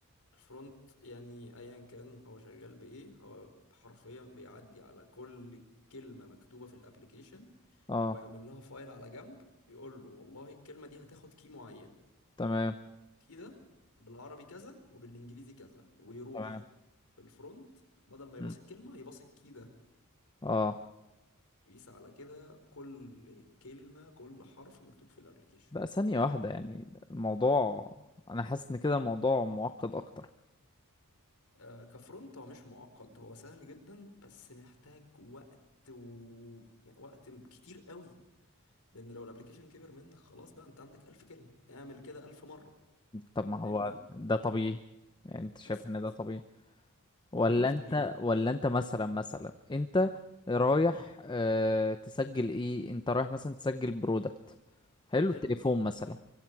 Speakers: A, on the left (about 80°); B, on the left (about 20°).
A: الفرونت يعني ايا كان هو شغال بايه هو حرفيا بيعدي على كل كلمة مكتوبة في الابليكيشن
B: اه
A: ويعمل لها فايل على جنب يقول له والله الكلمة دي هتاخد كي معين
B: تمام
A: كده بالعربي كذا وبالانجليزي كذا ويروح
B: تمام
A: في الفرونت بدل ما يباص
B: مم.
A: الكلمة يباص كده
B: اه
A: ويقيس على كده كل كلمة كل حرف مكتوب في الابليكيشن
B: بقى ثانية واحدة يعني الموضوع انا حاسس ان كده الموضوع معقد اكتر
A: آه كفرونت هو مش معقد هو سهل جدا بس محتاج وقت و... يعني وقت كتير قوي لان لو الابليكيشن كبر منك خلاص بقى انت عندك ألف كلمة اعمل كده ألف مرة
B: طب ما هو
A: فاهمني
B: ده طبيعي يعني انت شايف
A: بس خلاص
B: ان ده طبيعي ولا
A: ما هو ده مش
B: انت
A: طبيعي
B: ولا انت مثلا مثلا انت رايح اه تسجل ايه انت رايح مثلا تسجل برودكت حلو
A: حلو
B: تليفون مثلا